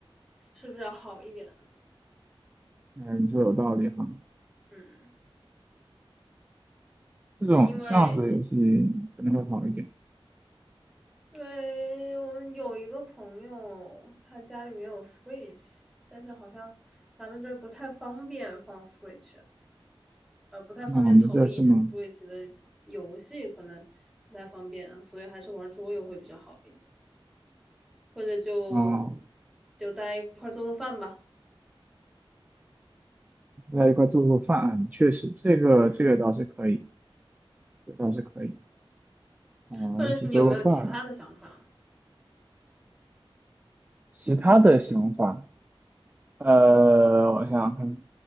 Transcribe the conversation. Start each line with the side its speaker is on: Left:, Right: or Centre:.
Centre: 是不是要好一点呢？
Right: 嗯你说有道理哈，
Centre: 嗯，
Right: 这种这样子的游戏可能会好一点。
Centre: 那因为因为我们有一个朋友，他家里面有 Switch，但是好像咱们这儿不太方便放 Switch。呃不太方便投影
Right: 那我们这是吗？
Centre: Switch 的游戏，可能不太方便啊，所以还是玩桌游会比较好一点，或者就
Right: 啊
Centre: 就大家一块做做饭吧，
Right: 在一块做做饭，确实这个这个倒是可以，
Centre: 嗯，
Right: 这个倒是可以啊一起做个饭。
Centre: 或者你有没有其他的想法？
Right: 其他的想法，呃，我想想看，